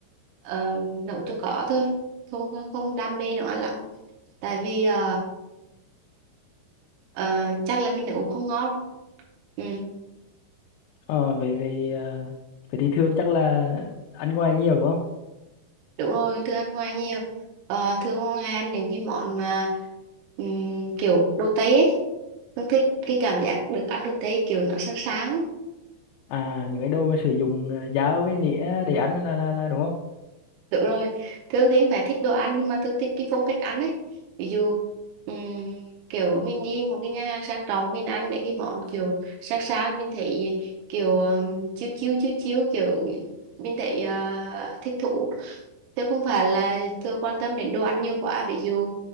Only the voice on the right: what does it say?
ờ, nấu cho có thôi không không không đam mê nấu ăn lắm tại vì ờ, ờ, chắc là mình nấu không ngon ừ,
đúng rồi thường ăn ngoài nhiều Ờ, thường hay ăn những cái món mà ừm, kiểu đồ Tây ấy thường thích cái cảm giác được ăn đồ Tây kiểu nó sáng sáng ấy.
Đúng rồi, Thương thì phải thích đồ ăn nhưng mà Thương thích cái phong cách ăn ấy. Ví dụ ừm, kiểu mình đi một cái nhà hàng sang trọng mình ăn mấy cái món kiểu sang sang mình thấy kiểu ừm, chiêu chiêu chiêu chiêu kiểu mình thấy ờ, thích thú. Chứ không phải là Thương quan tâm đến đồ ăn nhiều quá. Ví dụ